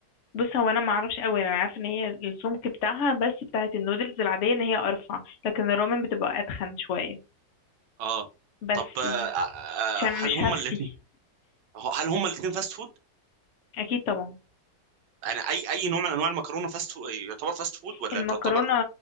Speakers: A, on the left; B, on the right.
A: بص هو انا ما اعرفش قوي انا عارفه ان هي السمك بتاعها بس بتاعت النودلز العادية ان هي ارفع لكن الرومن بتبقى اتخن شوية
B: اه
A: بس
B: طب آه، آه،
A: عشان
B: هل
A: مش
B: هما
A: هفتي
B: الاثنين هل هما الاثنين فاست فود
A: <laughs> اكيد طبعا
B: انا اي اي نوع من انواع المكرونه فاست فود يعتبر فاست فود ولا
A: المكرونة
B: تعتبر